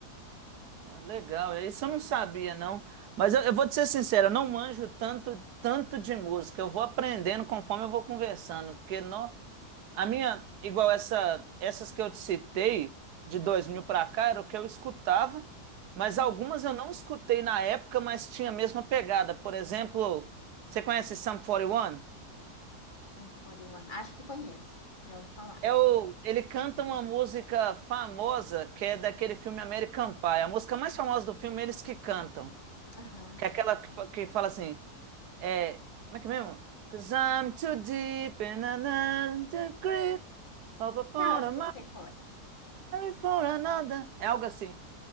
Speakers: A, on the right; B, on the left.
A: Ué, legal. Isso eu não sabia, não. Mas eu, eu vou te ser sincero, eu não manjo tanto, tanto de música. Eu vou aprendendo conforme eu vou conversando. Porque, não. A minha, igual essa, essas que eu te citei, de 2000 para cá, era o que eu escutava, mas
B: Uhum.
A: algumas eu não escutei na época, mas tinha a mesma pegada. Por exemplo, você conhece Sum 41?
B: Sun 41. Acho que conheço. Já ouvi falar.
A: É o, ele canta uma música famosa que é daquele filme American Pie. A música mais famosa do filme, é eles que cantam.
B: Aham.
A: Que é aquela que, fa- que fala assim, é, como é que é mesmo? Cause I'm too deep in another grave. Sorry
B: Tá, eu acho que eu sei qual é.
A: for another. É algo assim.